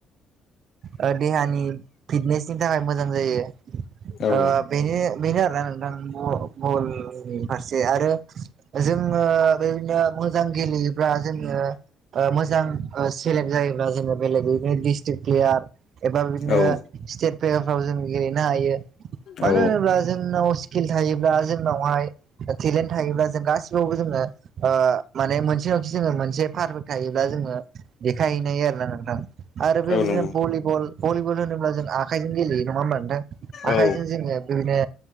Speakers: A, on the right; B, on the left.
A: ओ देहानि फिटनेसनि थाखाय मोजां जायो।
B: औ
A: ओ बेनो बेनो आरोना नोंथां ब बलनि फारसे आरो जोङो बेदिनो मोजां गेलेयोब्ला जोङो ओ मोजां ओस सेलेक्ट जायोबब्ला जोङो बेलेग बिदिनो डिस्ट्रिक प्लेयार एबा बिदिनो
B: औ
A: स्टेट प्लेभारफ्राव जों गेलेनो हायो। मानो
B: औ
A: होनोब्ला जोंनाव स्किल थायोब्ला जोंनावहाय टेलेन्ट थायोब्ला जों गासिबावबो जोङो ओ माने मोनसेनावखि जोङो मोनसे पारफोर थायोब्ला जोङो देखायहैनाय आरोना नोंथां आरो बेबायदिनो
B: औ नंगौ
A: भलिबल भलिबल होन होन जों आखाइजों गेलेयो नङाोमबा नोंथां आख
B: औ
A: जजों जोङो बिदिनो